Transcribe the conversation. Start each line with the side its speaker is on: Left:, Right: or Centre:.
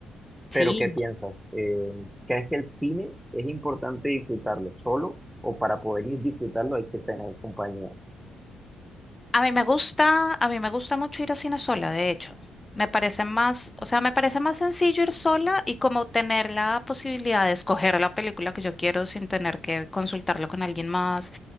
Left: sí.
Centre: Pero, ¿qué piensas? Eh, ¿crees que el cine es importante disfrutarlo solo o para poder disfrutarlo hay que tener compañía?
Left: A mí me gusta, a mí me gusta mucho ir a cine sola, de hecho. Me parece más, o sea, me parece más sencillo ir sola y como tener la posibilidad de escoger la película que yo quiero sin tener que consultarlo con alguien más.